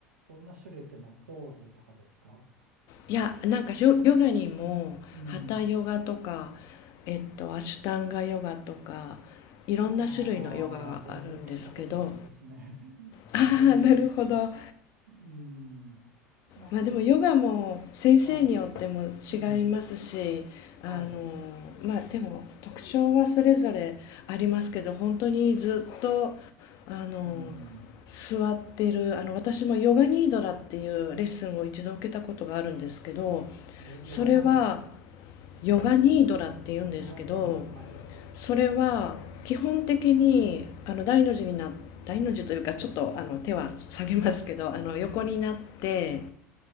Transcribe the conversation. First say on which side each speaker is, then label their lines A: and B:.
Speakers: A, on the right (about 75°); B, on the left (about 45°).
A: どんな種類っていうのはポーズとかですか
B: いや、なんかしょヨガにも、
A: うん。
B: ハタヨガとか、えっと、アシュタンガヨガとか、いろんな種類のヨガがあるんですけど、
A: ああ、全然聞いたことないですね。<laughs>
B: ああ、
A: えーと、
B: なるほど。はい。
A: うん。なんか、
B: まあでもヨガも先生によっても違いますし、
A: はい。うん。
B: あの、
A: はい。
B: まあでも特徴はそれぞれありますけど、本当にずっと、あの、
A: うん。
B: 座っているあの私もヨガニードラっていうレッスンを一度受けたことがあるんですけど
A: よ、ヨガなんですか
B: それはヨガニードラって言うんですけど
A: ヨガニードル、はい。
B: それは基本的にあの大の字にな大の字というかちょっとあの手は下げますけどあの横になって